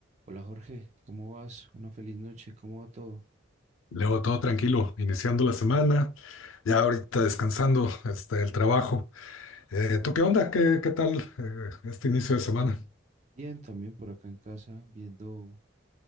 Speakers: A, on the right; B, on the left.
A: Hola Jorge, ¿cómo vas? Una feliz noche, ¿cómo va todo?
B: Luego todo tranquilo, iniciando la semana, ya ahorita descansando este, el trabajo. Eh, ¿tú qué onda? ¿Qué, qué tal eh, este inicio de semana?
A: Bien, también por acá en casa, viendo